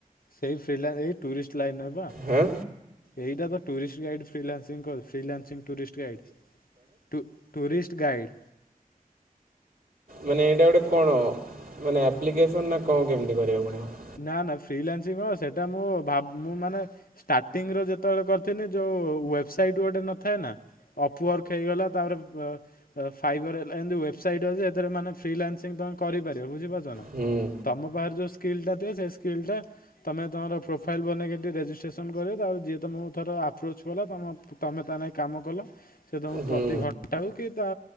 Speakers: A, on the left; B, on the right.
A: ସେଇ ଫ୍ରିଲା ଏଇ ଟୁରିଷ୍ଟ ଲାଇନରେ ପା।
B: ହାଁ।
A: ଏଇଟା ପା tourist guide freelancing course freelancing tourist guide two tourist guide.
B: ମାନେ ଏଇଟା ଗୋଟେ କଣ? ମାନେ ଆପ୍ଲିକେସନ୍ ନା କଣ କେମିତି କରିବାକୁ ପଡ଼ିବ?
A: ନା ନା ଫ୍ରିଲାନ୍ସିଙ୍ଗ କଣ ସେଟା ମୁଁ ଭାବୁ ମୁଁ ମାନେ। ଷ୍ଟାର୍ଟିଙ୍ଗ ରୁ ଯେତେବେଳେ କରିିଥିନି ଯୋଉ ୱେବସାଇଟ୍ ଗୋଟେ ନଥାଏ ନା। ଅପ ୱାର୍କ ହେଇଗଲା। ତାପରେ ବ ଅ ଫାଇବର ହେଲା। ଏମିତି ୱେବସାଇଟ୍ ଅଛି ସେଥିରେ ମାନେ ଫ୍ରିଲାନ୍ସିଙ୍ଗ ତମେ କରିପାରିବ ବୁଝିପାରୁଛ ନା।
B: ହୁଁ
A: ତମ ପାଖରେ ଯୋଉ ସ୍କିଲ୍ ଟା ଥିବ ସେ ସ୍କିଲ ଟା। ତମେ ତମର ପ୍ରୋଫାଇଲ ବନେଇକି ଏଠି ରେଜିଷ୍ଟ୍ରେସନ୍ କରିବ। ତାପରେ ଯିଏ ତମକୁ ଧର ଆପ୍ରୋଚ୍ କଲା ତମ ତମେ ତା ନାଇ କାମ କଲ। ସେ ତମକୁ
B: ହୁଁ
A: ପ୍ରତି ଘଣ୍ଟାକୁ କି ତା